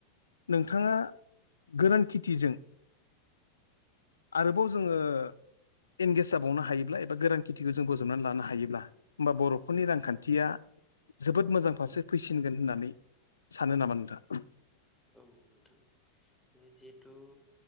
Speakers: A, on the left; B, in the centre.
A: नोंथाङा गोरान खेथिजों आरोबाव जोङो एंगेज जाबावनो हायोब्ला एबा गोरानन खेथिखौ जों बोजबनानै लानो हायोब्ला होमबा बर'फोरनि रांखान्थिया
B: औ
A: जोबोद मोजां फारसे फैसिनगोन होननानै सानो नामा नोंथांङा
B: औ नोंथां जिहेथु